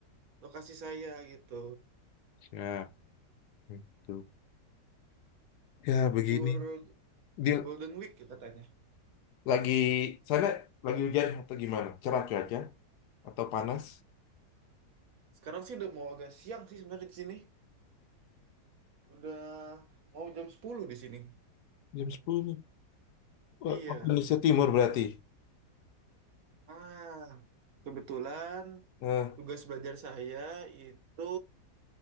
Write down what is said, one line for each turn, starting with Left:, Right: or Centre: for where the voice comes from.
Right: lokasi saya gitu
Left: siap. Itu. Ya,
Right: libur
Left: begini. Dia
Right: Golden Week ya katanya.
Left: lagi sana lagi hujan atau gimana? Cerah cuaca atau panas?
Right: Sekarang sih udah mau agak siang sih sebenarnya di sini. Udah mau jam sepuluh di sini.
Left: Jam 10, Wah,
Right: Iya.
Left: waktu Indonesia Timur berarti.
Right: Ah, kebetulan
Left: Eh,
Right: tugas belajar saya itu